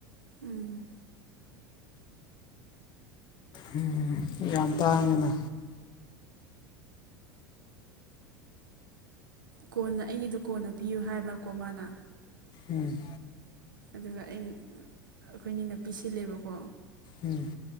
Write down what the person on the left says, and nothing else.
ꯎꯝ ꯌꯥꯝ ꯇꯥꯡꯉꯦꯅ
ꯎꯝ
ꯎꯝ